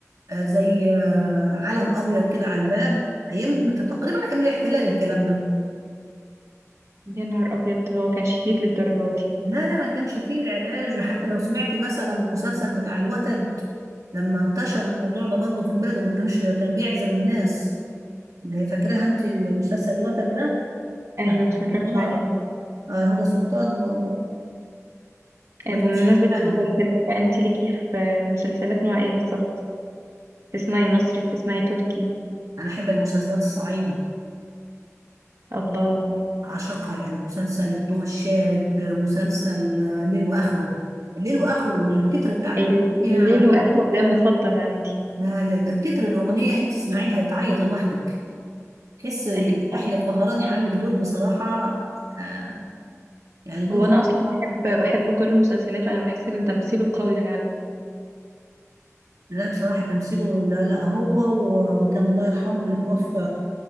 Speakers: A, on the right; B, on the right.
A: آه، زي آه، علم ابيض كده على الباب ايام تقريبا ايام الاحتلال الكلام ده
B: يا نهار أبيض هو كان شديد للدرجة دي
A: لا لا ما كانش فيه العلاج حتى لو سمعتي مثلا المسلسل بتاع الوتد لما انتشر الموضوع ده برضه في البلد وما كانوش كان بيعزلوا الناس اللي هي فاكراها انت المسلسل الوتد ده
B: ايوه اتفرجت
A: بتاع
B: عليه
A: آه، هدى سلطان و
B: آه،
A: ويوسف
B: بمناسبة
A: شعبان
B: المسلسلات بقى انت ليكي في مسلسلات نوع ايه بالظبط بتسمعي مصري بتسمعي تركي
A: أنا أحب المسلسلات الصعيدي
B: الله
A: أعشقها يعني مسلسل الضوء الشارد مسلسل آه، ليل وآخره ليل وآخره التتر بتاع الأغنية
B: ال- الليل واخره ده مفضل عندي
A: لا- لا- لا، التتر الأغنية أنت تسمعيها تعيط لوحدك تحس
B: ايوه
A: يحيى الفخراني عامل دور بصراحة آه، يعني دور
B: هو انا اصلا بحب بحب كل المسلسلات وانا بحس ان تمثيله قوي فعلا
A: لا بصراحة تمثيله لا لا هو وكان الله يرحمه اللي توفى